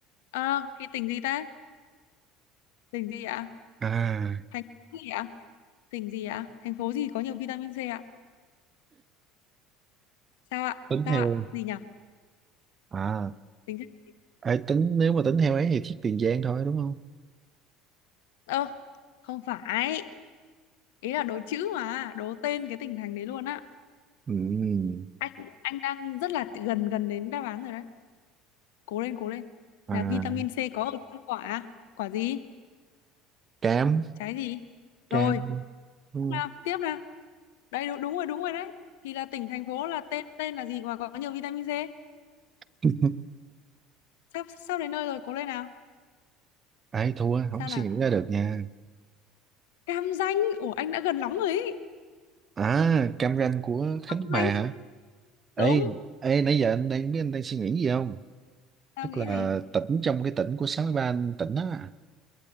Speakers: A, on the left; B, on the right.
A: ờ thì tỉnh gì ta tỉnh gì ạ
B: à
A: thành phố gì ạ Tỉnh gì ạ? Thành phố gì có nhiều vitamin C ạ? Sao ạ?
B: tính
A: Sao
B: theo
A: ạ? Gì nhỉ?
B: à
A: Tính chất... gì?
B: ấy tính nếu mà tính theo ấy thì thiết Tiền Giang thôi đúng không
A: Ơ, không phải. Ý là đố chữ mà, đố tên cái tỉnh thành đấy luôn á.
B: Ừm,
A: Anh anh đang rất là gần gần đến đáp án rồi đấy. Cố lên, cố lên.
B: à
A: Là vitamin C có ở trong quả. à? Quả gì?
B: cam
A: Trái gì? Rồi,
B: cam đúng
A: tiếp nào, tiếp nào. Đây đúng, đúng rồi, đúng rồi đấy. Thì là tỉnh thành phố là tên tên là gì mà có nhiều vitamin C?
B: không <laughs>
A: Sắp sắp đến nơi rồi, cố lên nào.
B: ai thua không
A: Sao
B: suy
A: nào?
B: nghĩ ra được nha
A: Cam Ranh. Ủa anh đã gần lắm rồi ý.
B: à cam ranh của Khánh
A: Cam
B: Hòa
A: Ranh.
B: hả ê
A: Đúng.
B: ê nãy giờ anh đang biết anh đang suy nghĩ gì không
A: Tao
B: tức
A: nghĩ
B: là
A: gì?
B: tỉnh trong cái tỉnh của 63 anh tỉnh á